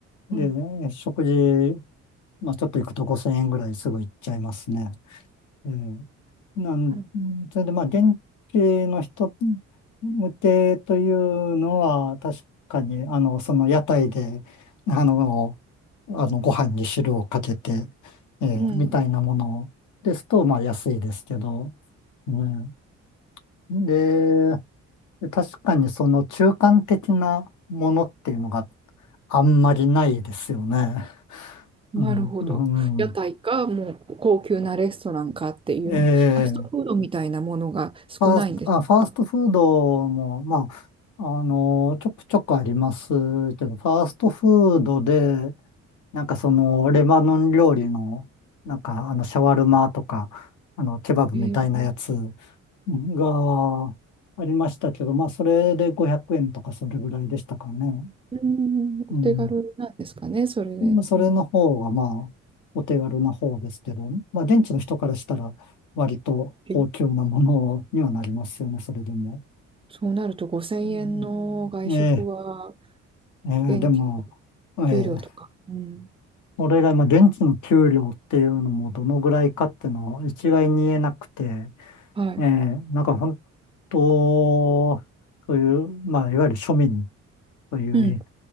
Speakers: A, on the left; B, on the right.
A: で、
B: い。うん、は
A: 食事、まあちょっと行くと5000円ぐらいすぐ行っちゃいますね。ええなん、
B: い
A: それでまあ、現地の人向けというのは、確かに、あの、その屋台で、あの、あのご飯に汁をかけて、ええみたいなものですと、
B: うん。
A: まあ、安いですけど、ね。で、確かにその中間的なものっていうのがあんまりないですよね。
B: なるほど。
A: うん、
B: 屋台か、
A: うん、
B: もう高級なレストランかっていうような、
A: ええ
B: ファストフードみたいなものが少ないんですか。
A: ファースト、あ、ファーストフードも、まあ、あの、ちょくちょくありますけど、ファーストフードで、なんかその、レバノン料理の、なんか、あの、シャワルマとか、あの、ケバブみたいなやつ
B: えー、
A: がありましたけど、まあ、それで500円とかそれぐらいでしたかね。
B: うん、お手軽なんですかね、
A: うん。
B: それで。
A: まあそれの方が、
B: うん、
A: まあ、お手軽な方ですけど、まあ、現地の人からしたら、割と高級なものにはなりますよね、
B: え
A: それでも。
B: そうなると5000円の外食は、
A: うんええ、ええ、
B: 現地の
A: でも、ええ、
B: 給料とか、うん、
A: それが今、現地の給料っていうのもどのぐらいかっていうのを一概に言えなくて、
B: はい、
A: ええ、なんか本当、そういう、まあ、いわゆる庶民という、
B: うん、